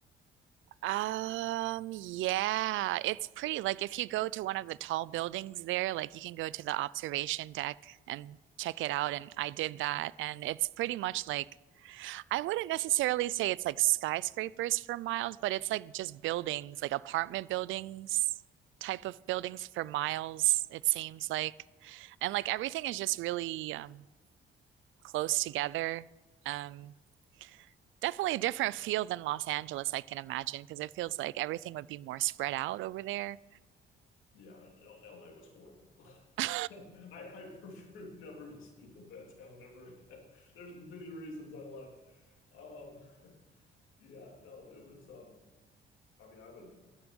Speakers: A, on the right (about 80°); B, on the left (about 85°).
A: Um, yeah, it's pretty. Like if you go to one of the tall buildings there, like you can go to the observation deck and check it out. And I did that, and it's pretty much like I wouldn't necessarily say it's like skyscrapers for miles, but it's like just buildings, like apartment buildings type of buildings for miles, it seems like. And like everything is just really um close together. Um, Definitely a different feel than Los Angeles, I can imagine, because it feels like everything would be more spread out over there.
B: Yeah, L- LA was horrible. <laughs>
A: <laughs> I
B: I, I prefer never to speak of that town ever again. <laughs> There's many reasons I left. Um, <laughs> yeah, no, it was um I mean I would